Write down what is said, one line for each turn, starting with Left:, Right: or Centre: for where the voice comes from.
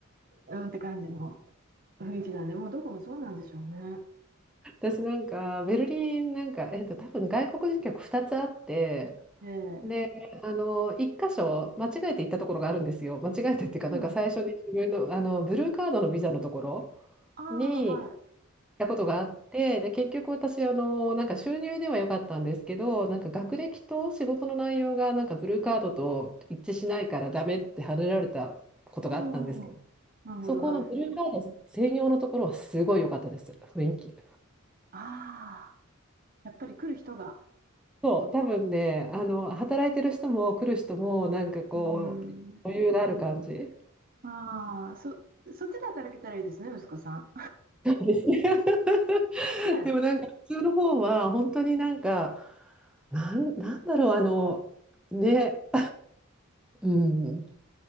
Right: うんって感じの雰囲気だね。もうどこもそうなんでしょうね。
Centre: 私なんか、ベルリン、なんか、えっと、多分外国人客2つあって、
Right: ええ。
Centre: で、あの、一箇所、間違えて行ったところがあるんですよ。間違えてっていうか、
Right: うん。
Centre: なんか最初に自分の、
Right: あ
Centre: あの、ブルーカードのビザのところ
Right: あ、はい。
Centre: に、たことがあって、で、結局私、あの、なんか収入では良かったんですけど、なんか学歴と仕事の内容がなんかブルーカードと一致しないからダメってはねられたことがあったんですけど、
Right: うん。なるほど、
Centre: そこのブルーカード専用のところはすごい良かったです、
Right: はい。
Centre: 雰囲気。
Right: ああ、やっぱり来る人が。
Centre: そう、多分ね、あの、働いてる人も来る人も、なんかこう、
Right: うーん。
Centre: 余裕がある感じ。
Right: ああ、そ、そっちで働けたらいいですね、息子さん。
Centre: <laughs>
Right: <laughs> ね、
Centre: でもなんか普通の方は本当になんか、なん、なんだろう、あの、ね、うん、